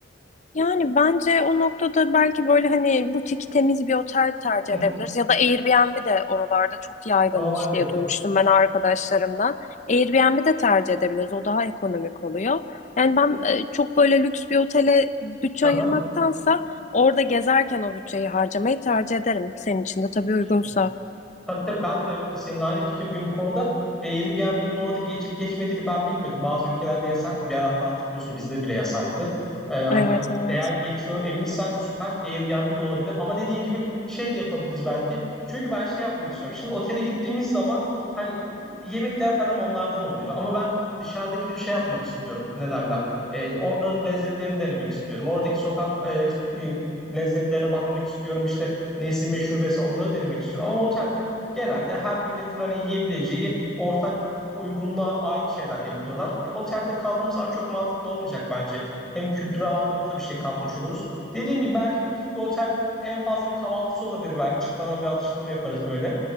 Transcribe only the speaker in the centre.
<laughs>
Aa evet.
Aha.
Kesinlikle.
Tabii tabii ben de senin aynı fikirdeyim bu konuda. E, Airbnb'nin orada geçip geçmediğini ben bilmiyordum. Bazı ülkelerde yasaktı. Bir ara hatta hatırlıyorsun bizde bile yasaktı. E, hani
eğer geçiyor eminsen süper Airbnb de olabilir. Ama dediğin gibi şey de yapabiliriz belki. Çünkü ben şey yapmak istiyorum. Şimdi otele gittiğimiz zaman hani yemekler falan onlardan oluyor. Ama ben dışarıda gidip şey yapmak istiyorum. Ne derler? E, oraların lezzetlerini denemek istiyorum. Oradaki sokak e, e, lezzetlerine bakmak istiyorum. İşte nesi meşhur vesaire onları denemek istiyorum. Ama otelde Genelde her milletin hani yiyebileceği ortak uygunluğa ait şeyler yapıyorlar. E, otelde kaldığımız zaman çok mantıklı olmayacak bence. Hem kültürel anlamda da bir şey katmış oluruz. Dediğim gibi belki butik bir otel en fazla bir kahvaltısı olabilir belki. Çıkmadan bir atıştırma yaparız böyle.